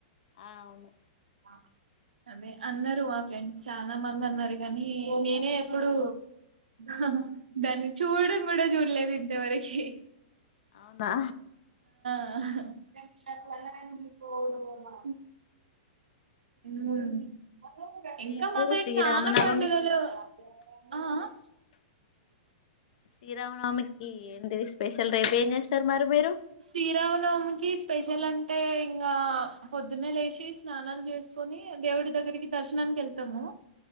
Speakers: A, on the left; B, on the right.
A: ఆ అవును
B: అ ఆమె అందరు అ ఫ్రెండ్స్ చాలా మంది అన్నారు కాని నినే ఎప్పుడు హా దాన్ని చూడడం కూడా చూడలేదు ఇంతవరకి
A: ఆ
B: ఆహ గాన్ ఆ పొలాగానికి ఇయ్ పోను మా హ్మ్ ఇంకా
A: రేపు
B: మా సైడ్
A: శ్రీరామనవమి
B: చాలా పండుగలు ఆ అ
A: శ్రీరామనవమికి ఏంటిది స్పెషల్ రేపు ఏం చేస్తారు మరి మీరు
B: శ్రీరామనవమికి స్పెషల్ అం అంటే ఇంకా పొద్దున్నే లేచి స్నానాలు చేసుకొని దేవుడి దగ్గరికి దర్శనానికి వెళ్తాము